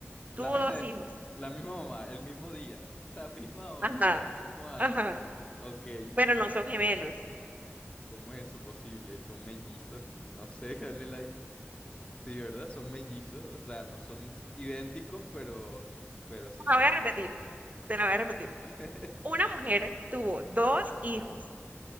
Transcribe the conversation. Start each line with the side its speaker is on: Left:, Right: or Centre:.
Left: La,
Right: tuvo
Left: <laughs>
Right: dos hijos
Left: la misma mamá, el mismo día, la misma hora,
Right: Ajá,
Left: el mismo año.
Right: ajá,
Left: Ok, ¿y
Right: pero no son gemelos.
Left: cómo es eso posible? ¿Son mellizos? No sé, <laughs> cuál es la dif- Sí, ¿verdad? Son mellizos, o sea, no son idénticos, pero, pero sí
Right: La
Left: son...
Right: voy a repetir, te la voy a repetir.
Left: <laughs>
Right: Una mujer tuvo dos hijos